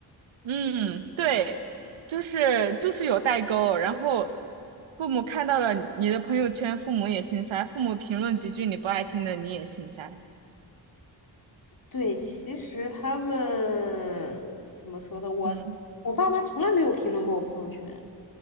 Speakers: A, on the right; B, on the left.
A: 嗯，对，就是就是有代沟。然后父母看到了你的朋友圈，父母也心塞；父母评论几句你不爱听的，你也心塞。
B: 对，其实他们怎么说呢？我我爸妈从来没有评论过我朋友圈，
A: 嗯，